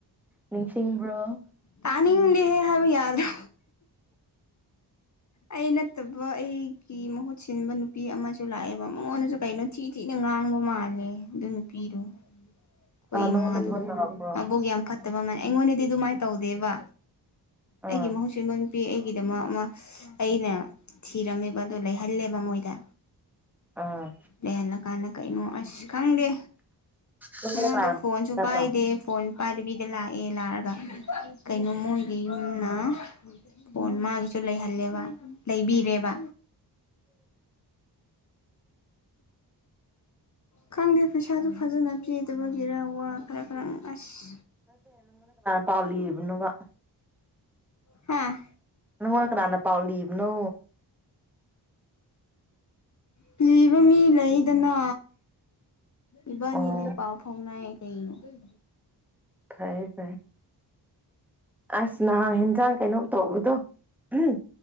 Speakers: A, in the centre; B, on the left.
A: ꯅꯤꯡꯁꯤꯡꯕ꯭ꯔꯣ
B: ꯇꯥꯅꯤꯡꯗꯦꯦ ꯍꯥꯏꯕ ꯌꯥꯔꯗ꯭ꯔꯣ ꯑꯩ ꯅꯠꯇꯕ ꯑꯩ ꯑꯩꯛꯀꯤ ꯃꯍꯨꯠ ꯁꯤꯟꯕ ꯅꯨꯄꯤ ꯑꯃꯁꯨ ꯂꯥꯛꯑꯦꯕ ꯃꯉꯣꯟꯗꯁꯨ ꯀꯩꯅꯣ ꯊꯤ ꯊꯤꯅ ꯉꯥꯡꯕ ꯃꯥꯜꯂꯦ ꯑꯗꯨ ꯅꯨ ꯄꯤꯔꯣ ꯑꯩꯈꯣꯏ
A: ꯑ ꯅꯪꯉꯣꯟꯗ
B: ꯏꯃꯥꯗꯣ
A: ꯐꯣꯟ ꯇꯧꯔꯛꯄ꯭ꯔꯣ
B: ꯃꯕꯨꯣꯛꯒꯤ ꯌꯥꯝ ꯐꯠꯇꯕ ꯃꯥꯅꯦ ꯑꯩꯉꯣꯟꯗꯗꯤ ꯑꯗꯨꯃꯥꯏꯅ ꯇꯧꯗꯦꯕ
A: ꯑꯥ
B: ꯑꯩꯒꯤ ꯃꯍꯧꯁꯝ ꯄꯄꯤ ꯑꯩꯒꯤꯗꯃꯛ ꯑꯃ ꯑꯩꯅ ꯊꯤꯔꯝꯃꯦꯕ ꯑꯗꯣ ꯂꯩꯍꯜꯂꯦꯕ ꯃꯣꯏꯗ
A: ꯑꯥ
B: ꯂꯩꯍꯜꯂꯀꯥꯟꯗ ꯀꯔꯤꯩꯅꯣ ꯑꯁ ꯈꯪꯗꯦ
A: ꯅꯪꯉꯣꯟꯗ
B: ꯃ
A: ꯀꯅꯥꯅ
B: ꯑꯗꯨ ꯐꯣꯟꯁꯨꯄꯥꯏꯗꯦ
A: ꯇꯧꯔꯛꯄ꯭ꯔꯣ
B: ꯐꯣꯟ ꯄꯥꯏꯕꯤ ꯦ ꯂꯥꯛꯑꯦ ꯂꯥꯛꯔꯒ ꯀꯩꯅꯣ ꯃꯣꯏꯒꯤ ꯌꯨꯝꯅ ꯄꯣꯟ ꯃꯥꯒꯤꯁꯨ ꯂꯩꯍꯜꯂ ꯕ ꯂꯩꯕꯤꯔꯦꯕ
A: ꯎꯝ
B: ꯈꯪꯗꯦ ꯄꯩꯁꯥꯗꯨ ꯐꯖꯅ ꯄꯤꯗꯕꯒꯤꯔ ꯋꯥ ꯍꯥꯈ꯭ꯔ ꯈ꯭ꯔꯥꯡ ꯑꯁ
A: ꯄꯥꯎꯜꯂꯤꯕꯅꯒ
B: ꯍꯥꯥ
A: ꯑꯗꯨꯉꯅ ꯀꯅꯥꯥꯅ ꯄꯑꯣ ꯂꯤꯕꯅꯣ
B: ꯄꯤꯕ ꯃꯤ ꯂꯩꯗꯅ ꯏꯕꯥꯅꯤꯗꯤ
A: ꯑꯣ
B: ꯄꯥꯎ ꯐꯥꯎꯅꯩ <unintelligible>
A: ꯐꯌꯦꯦ ꯐꯥꯏ ꯑꯁ ꯅꯍꯥꯟ ꯌꯦꯟꯖꯥꯡ ꯀꯩꯅꯣꯝ ꯇꯧꯕꯗꯣ ꯎꯝ